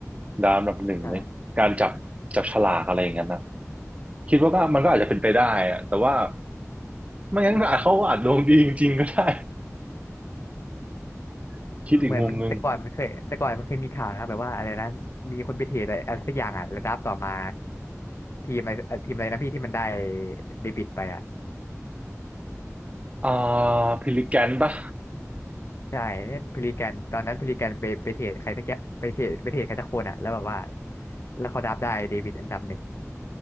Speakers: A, on the right; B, on the left.
A: ดาวอันดับหนึ่งในการจับจับฉลากอะไรอย่างเงี้ยนะ
B: ใช่
A: คิดว่าก็มันก็อาจจะเป็นไปได้อะแต่ว่าไม่งั้นอาจเขาอาจดวงดีจริงๆก็ได้ <laughs> คิดอีกมุมหนึ่ง
B: เหมือนมันแต่ก่อนมันเคยแต่ก่อนมันเคยมีข่าวนะครับแบบว่าอะไรนะมีคนไปเทรดอะไรอะไรสักอย่างอ่ะแล้วดับต่อมาทีมอะไรทีมอะไรนะพี่ที่มันได้เดบิตไปอ่ะ
A: อ่าพิลิแกนปะ
B: ใช่เนี่ยพลิแกนตอนนั้นพลิแกนไปไปเทรดใครสักอย่างไปเทรดไปเทรดใครสักคนอ่ะแล้วแบบว่าแล้วเขาดับได้เดบิตอันดับหนึ่ง